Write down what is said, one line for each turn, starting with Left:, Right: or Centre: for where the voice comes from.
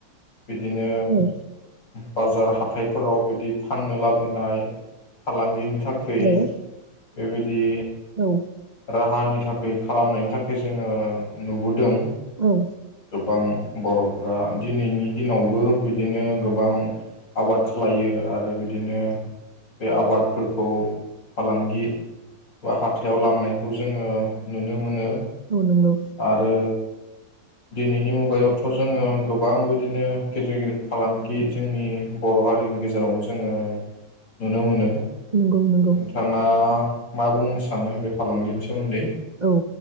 Left: बिदिनो
Right: औ
Left: बाजार हाथायफोराव बिदि फाननो लाबोनाय फालांगिनि थाखै
Right: हेल' औ
Left: बेबायदि
Right: औ
Left: राहानि थाखै खालामनायनि थाखै जोङो नुबोदों।
Right: औ।
Left: गोबां बर'फ्रा दिनैनि दिनावबो बिदिनो गोबां आबाद खालायो आरो बिदिनो बे आबादफोरखौ फालांगि बा हाथायाव लांनायखौ जोङो नुनो मोनो
Right: औ नंगौ
Left: आरो नि मुगायावथ' जोङो गोबां बिदिनो गिदिर गिदिर फालांगि जोंनि बर' हारिनि गेजेरावबो जोङो नुनो मोनो। नोंथाङा
Right: नंगौ नंगौ
Left: मा बुंनो सानो बे फालांगिनि सोमोन्दै
Right: औ